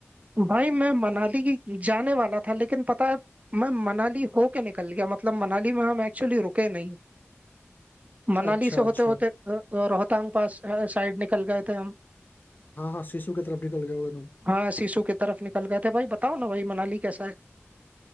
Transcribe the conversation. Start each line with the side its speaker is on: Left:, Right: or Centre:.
Right: भाई मैं मनाली की जाने वाला था लेकिन पता है मैं मनाली होके निकल गया मतलब मनाली में हम एक्चुअली रुके नहीं मनाली
Left: अच्छा
Right: से
Left: अच्छा
Right: होते होते अ, अ, रोहतांग पास साइड निकल गए थे हम
Left: हाँ हाँ सिसु की तरफ निकल गए होगे तुम
Right: हाँ सिसु की तरफ निकल गए थे भाई बताओ ना भाई मनाली कैसा है